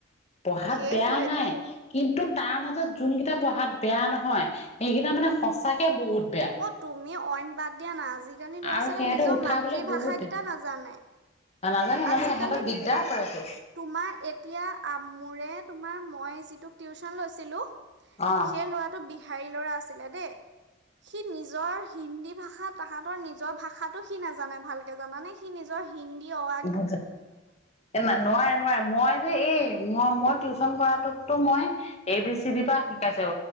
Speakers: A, on the left; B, on the right.
A: পঢ়াত
B: সেইটোৱেটো
A: বেয়া নাই কিন্তু তাৰ মাজত যোনকেইটা পঢ়াত বেয়া নহয় সেইকেইটা মানে সঁচাকে বহুত বেয়া
B: অ তুমি অইন বাদ দিয়া না আজিকালি ল'ৰা
A: আৰু
B: ছোৱালী
A: সিহঁতক
B: নিজৰ
A: উঠাবলৈ
B: মাতৃভাষা
A: বহুত বেয়া
B: কেইটা নাজানে
A: নাজানো
B: আজিকালি
A: নাজানো সিহঁতক দিগদাৰ কৰেতো
B: তোমাৰ এতিয়া মোৰে তোমাৰ মই যিটো টিউচন লৈছিলো
A: অ
B: সেই ল'ৰাটো বিহাৰী ল'ৰা আছিলে সি নিজৰ হিন্দী ভাষা তাহাঁতৰ নিজৰ ভাষাতটো সি নাজানে ভালকে জানানে সি নিজৰ হিন্দী অৱ
A: বুজ ন নোৱাৰে নোৱাৰে মই যে এই মই মই টিউচন কৰাটোতো মই এ বি চি বি পৰা শিকাইছো